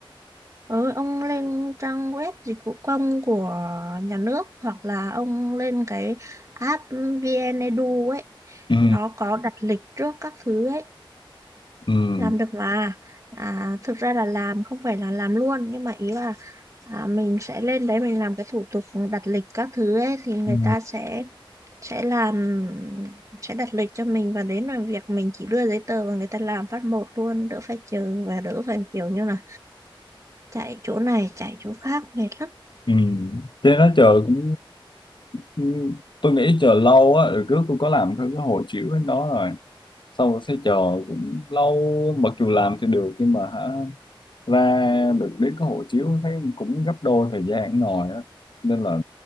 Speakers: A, on the right; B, on the left.
A: Ừ, ông lên trang web dịch vụ công của nhà nước hoặc là ông lên cái app VnEdu ấy,
B: ừ
A: nó có đặt lịch trước các thứ ấy,
B: ừ
A: làm được mà. À, thực ra là làm không phải là làm luôn nhưng mà ý là à, mình sẽ lên đấy mình làm cái thủ tục đặt lịch các thứ ấy thì người
B: ừ
A: ta sẽ sẽ làm sẽ đặt lịch cho mình và đến làm việc mình chỉ đưa giấy tờ và người ta làm phát một luôn đỡ phải chờ và đỡ phải kiểu như là chạy chỗ này chạy chỗ khác mệt lắm
B: ừ thế nó chờ cũng ừ, ừ. tôi nghĩ chờ lâu á rồi trước tôi có làm theo cái hồ chiếu đó rồi sau rồi sẽ chờ cũng lâu mặc dù làm thì được nhưng mà hả ra được đến cái hộ chiếu thấy cũng gấp đôi thời gian ngồi á nên là